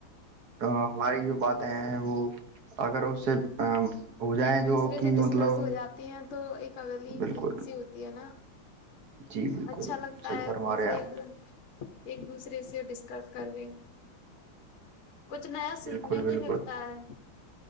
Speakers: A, on the right; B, on the left.
A: ہماری جو باتیں ہیں وہ اگر اس سے ہو جائیں
B: ایک دوسرے
A: جو کہ
B: سے ڈسکرس
A: مطلب
B: ہو جاتی ہیں تو ایک اگلی
A: بالکل
B: فیلنگ س ہی ہوتی ہے نا
A: جی بالکل
B: اچھا
A: بالکل
B: لگتا
A: صحیح
B: ہے
A: فرما
B: مے
A: رہے ہیں آپ
B: ایک دن ایک دوسرے سے ڈسکس کر کے کچھ نیا سیکھنے
A: بالکل بالکل
B: کو ملتا ہے